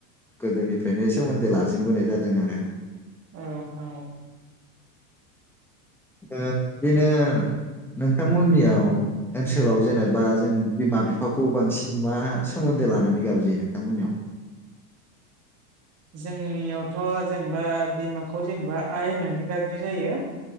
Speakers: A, in the centre; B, on the right (about 35°).
A: गोदोनिफ्रायनो सोमोन्दो लाजेनबोनाय जादों आरो
B: औ नोंथां औ
A: ओ बिदिनो नोंथांमोननियाव ओनसोलाव जेनेबा जों बिमा बिफाखौ बांसिन मा सोमोन्दो लानानै गाबज्रियो नोंथांमोननियाव <inaudible>
B: जोंनियावथ' जेनेबा बिमाखौ जेनेबा आइ होननानै गाबज्रिनाय जायो